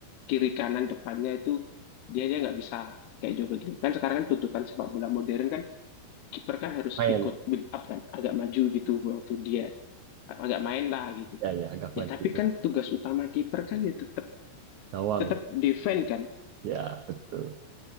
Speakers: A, on the left (about 75°); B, on the right (about 90°).
A: kiri kanan depannya itu dia dia nggak bisa kayak Joe Biden. Kan sekarang kan tuntutan sepak bola modern kan kiper kan harus
B: Main.
A: ikut build up kan agak maju gitu waktu dia agak main lah gitu.
B: Ya, ya agak
A: Ya
B: maju
A: tapi
B: dikit.
A: kan tugas utama kiper kan ya tetap
B: Gawang.
A: tetap defend kan.
B: Ya, betul.